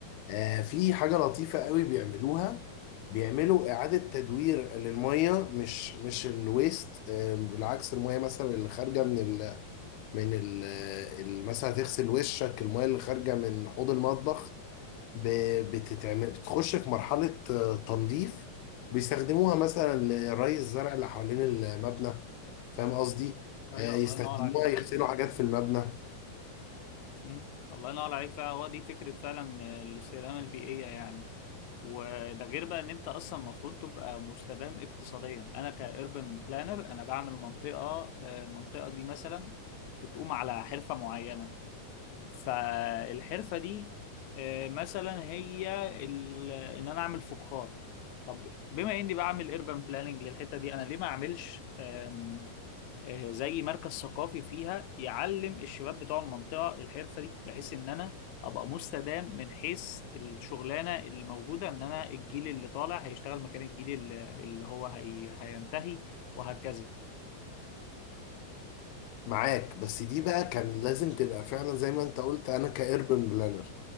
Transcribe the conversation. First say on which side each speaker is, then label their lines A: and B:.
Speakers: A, on the left (about 85°); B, on the left (about 60°).
A: آه، في حاجة لطيفة قوي بيعملوها بيعملوا إعادة تدوير للمية مش مش الويست آه، بالعكس المية مثلا اللي خارجة من ال من ال آه، ال- مثلا هتغسل وشك المية اللي خارجة من حوض المطبخ ب- بتتعمل بتخش في مرحلة آه، تنظيف بيستخدموها مثلا لري الزرع اللي حوالين المبنى فاهم قصدي؟
B: ايوه
A: آه،
B: الله
A: يستخدموها
B: ينور عليك
A: يغسلوا حاجات في المبنى
B: مم. الله ينور عليك فعلا هو دي فكرة فعلا آه، الاستدامة البيئية يعني وده غير بقى ان انت اصلا المفروض تبقى مستدام اقتصاديا انا كاربن بلانر انا بعمل منطقة آه، المنطقة دي مثلا بتقوم على حرفة معينة فالحرفة دي آه، مثلا هي ال- ان انا اعمل فخار طب بما اني بعمل urban planning للحتة دي انا ليه ما اعملش آم، آه، زي مركز ثقافي فيها يعلم الشباب بتوع المنطقة الحرفة دي بحيث ان انا ابقى مستدام من حيث الشغلانة اللي موجودة ان انا الجيل اللي طالع هيشتغل مكان الجيل اللي اللي هو هي... هينتهي وهكذا
A: معاك بس دي بقى كان لازم تبقى فعلا زي ما انت قلت انا كايربن بلانر